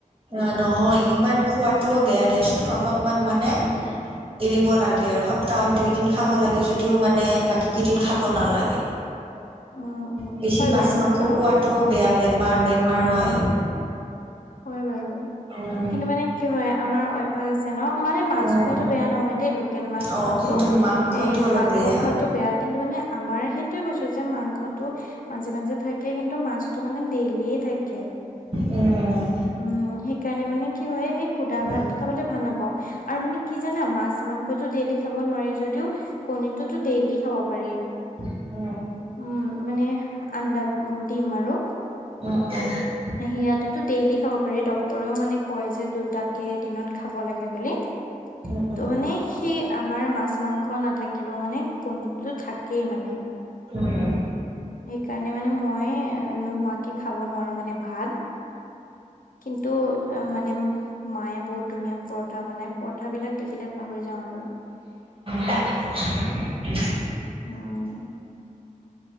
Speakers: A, on the right (about 40°); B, on the left (about 85°).
A: অ নহয় ইমান খোৱাাতটোও বেয়া দিয়াচোন অলপমান মানে
B: উম।
A: এৰি লাগে আৰু সপ্তাহত দুই দিন খাব লাগে যদিও মানে বাকী কেইদিন খাব নালাগে
B: উম উম
A: বেছি
B: হয়
A: মাছ
B: বাৰু সেইটো
A: মাংস পোৱাটোও বেয়া বেমাৰ বেমাৰ হয়
B: হয় বাৰু
A: উম।
B: কিন্তু মানে কি হয় আমাৰ অভ্যাস আছে ন মানে মাছ
A: উম,
B: খোৱাটো বেয়া নহয় দেই লোকেল মাছ
A: অ'
B: খোৱাটো
A: কিন্তু মাংসটো
B: এ
A: অলপ
B: মাংস
A: বেয়া
B: খোৱটো বেয়া কিন্তু মানে আমাৰ সেইটোয়ে কৈছো যে মাংস টো মাজে মাজে থাকে কিন্তু মাছতটো মানে ডেইলিয়ে থাকে
A: উম।
B: উম সেইকাৰণে মানে কি হয় সুদা
A: উম
B: ভাত খাবলে ভাল নাপাওঁ আৰু মানে কি জানা মাছ মাংসটো ডেইলি খাব নোৱাৰি যদিও কনীৰটোতো ডেইলি খাব পাৰি
A: <inaudible>
B: উম মানে আন্দা দিম আৰু
A: অ-অ
B: সেয়াটোটো ডেইলি খাব পাৰি ড্ক্তৰেও মানে কয় যে দুটাকে এদিনত খাব লাগে বুলি
A: উম উম উম
B: ত মানে সেই আমাৰ মাছ মাছ মাংস নাথাকিলেও মানে কণীতটো থাকেই মানে
A: উম,
B: সেইকাৰণে মানে মই নোহোৱাকে খাব নোৱাৰো মানে ভাত কিন্তু মানে মায়ে বহুত ধুনীয়া পৰঠা বনাই, পৰঠা বিলাক দেখিলে পাহৰি যাওঁ আৰু
A: <inaudible>
B: উম